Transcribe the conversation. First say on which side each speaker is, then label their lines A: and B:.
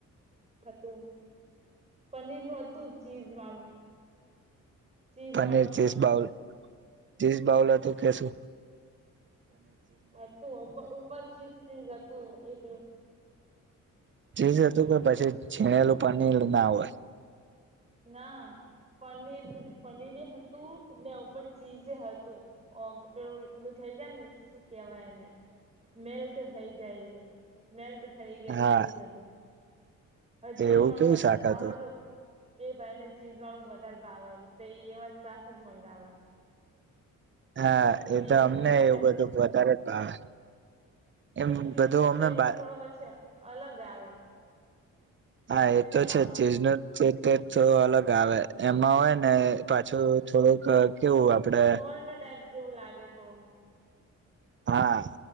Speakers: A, on the right (about 20°); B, on the right (about 40°).
A: હતું. પનીર નું હતું ચીઝ વાળું. ચીઝ
B: પનીર
A: વાળું
B: ચીઝ
A: શાક
B: બાઉલ
A: હતું.
B: ચીઝ બાઉલ હતો કેશુ.
A: હ તું ઉપર ચીઝ ચીજ હતું.
B: ચીજ હતું કે પછી <inaudible> પનીર ના હોય
A: ના પનીર પનીરે હતું ને ઉપર ચીઝ એ હતું. ઓલું થઈ જાય ને શું કહેવાય એને. મેલ્ટ થઈ જાય છે મેલ્ટ થઈ ગયેલું
B: હા
A: ચીજ હતું. હ ચીજ
B: એવું
A: વાળું
B: કેવું
A: વધારે
B: શાક
A: ભાવ
B: હતું
A: રૂ. એ ભાઈને ચીઝ વાળું વધારે ભાવે તો એ વાત શાક જ મંગાવે.
B: હા
A: એમને
B: એ તો અમને
A: વધારે
B: એવું બધું વધારે જ ભાવે. એમ
A: પણ ચીઝનોો
B: બધું
A: ટેસ્ટ
B: અમે
A: થોડો પછી અલગ આવે.
B: હા એ
A: જેને
B: તો છે
A: ભાવ
B: ચીજનો જે ટેસ્ટ થોડો અલગ આવે. એમાં હોય ને પાછો થોડુંક કેવું આપડે
A: ઓલ્ડ ટાઈપ જેવું લાગે થોડું
B: હા